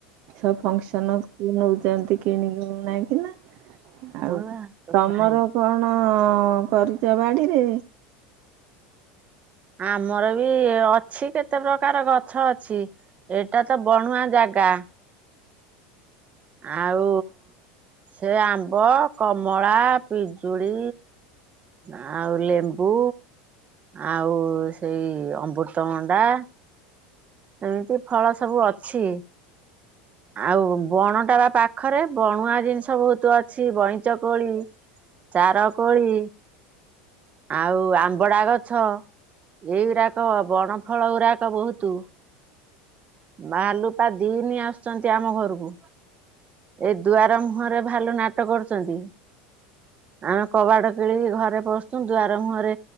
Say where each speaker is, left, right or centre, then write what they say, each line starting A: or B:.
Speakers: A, on the right; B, on the right.
A: ସବୁ ଫଙ୍କସନ୍ କୁ ନଉଛନ୍ତି। କିଣିକି ନାଇକିନା।
B: ମୋର
A: ଆଉ
B: ହାତ
A: ତମର
B: ଥୁଆ ହେଇଛି
A: କଣ ହଁ କରିଛ ବାଡିରେ
B: ଆମର ବି ଅଛି କେତେ ପ୍ରକାର ଗଛ ଅଛି ଏଇଟା ତ ବଣୁଆ ଜାଗା। ଆଉ ସେ ଆମ୍ବ କମଳା ପିଜୁଳି ଆଉ ଲେମ୍ବୁ ଆଉ ସେଇ ଅମୃତଭଣ୍ଡା ଏମିତି ଫଳ ସବୁ ଅଛି। ଆଉ ବଣଟା ବା ପାଖରେ ବଣୁଆ ଜିନିଷ ବହୁତ ଅଛି ବଇଁଚ କୋଳି ଚାର କୋଳି ଆଉ ଆମ୍ବଡା ଗଛ ଏଇଗୁଡାକ ବଣ ଫଳ ଗୁଡାକ ବହୁତ ଭାଲୁ ପା ଦିନି ଆସୁଛନ୍ତି ଆମ ଘରକୁ ଏ ଦୁଆର ମୁହଁରେ ଭାଲୁ ନାଟ କରୁଛନ୍ତି ଆମେ କବାଡ କିଳିିକି ଘରେ ପ ଦୁଆର ମୁହଁରେ